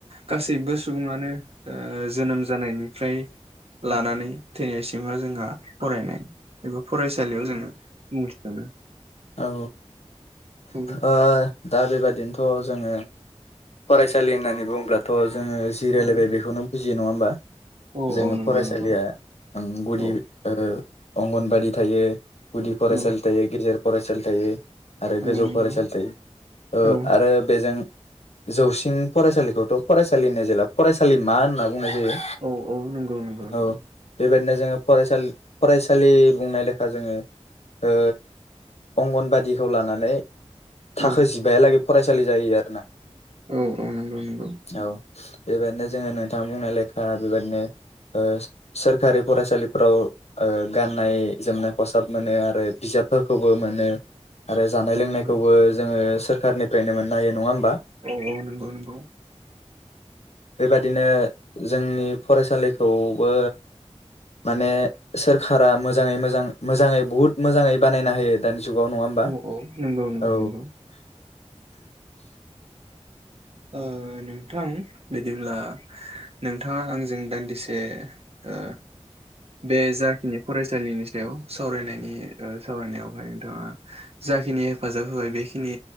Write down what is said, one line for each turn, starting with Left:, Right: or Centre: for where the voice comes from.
Right: गासैबो सुबुङानो ओ जोनोम जानायनिफ्राय लानानै थैनायसिमहा जोंहा फरायनाय एबा फरायसालियाव जोङो मुं थिसनो।
Left: औ
Right: औ
Left: अ दा बेबादिनोथ' जोङो फरायसालि होननानै बुङोब्लाथ' जोङो जि रायलायबाय
Right: औ
Left: बेखौनो बुजियो नङा होमबा?
Right: औ
Left: जोङो
Right: औ नंगौ
Left: फरायसालिया
Right: नंगौ
Left: गुदि
Right: औ
Left: अ अंगनबादि थायो। गुदि फरायसालि
Right: औ
Left: थायो गेजेर फरायसालि थायो। आरो गोजौ
Right: औ नंगौ
Left: फरायसालि थायो ओ
Right: औ
Left: आरो बेजों जौसिन फरायसालिखौथ' फरायसालि होननाय जेला फरायसालि मा होनना बुंनाय जायो
Right: औ औ नंगौ नंगौ नंगौ
Left: औ बेबायदिनो जों फरायसाल फरायसालि बुंनाय लेखा जोङो ओ अंगनबादिखौ लानानै थाखो
Right: औ
Left: जिबाहालागै फरायसालि जायो आरोना।
Right: औ औ नंगौ नंगौ।
Left: औ बेबायदिनो जोङो नोंथाङा बुंनाय लेखा बेबायदिनो ओ सोरखारि फरायसालिफ्राव ओ गाननाय जोमनाय फसाब मोनो आरो बिजाबफोरखौ खौबो मोनो आरो जानाय
Right: औ
Left: लोंनायखौबो
Right: नंगौ
Left: जोङो सोरखारनिफ्रायनो मोननो हायो नङा होमबा?
Right: औऔ नंगौ नंगौ।
Left: बेबादिनो जोंनि फरायसालिखौबो माने सोरखारा मोजाङै मोजां मोजाङै बुहुत मोजाङै बानायना होयो दानि जुगाव नङा होमबा
Right: औ औ नंगौ नंगौ
Left: औ।
Right: नंगौ ओ। अ नोंथां बिदिब्ला नोंथाङा आंजों दान्दिसे अ बे जाखिनि फरायसालिनि सायाव सावरायनायनि सावरायनायावहाय नोंथाङा जाखिनि हेफाजाब होबाय बेखिनि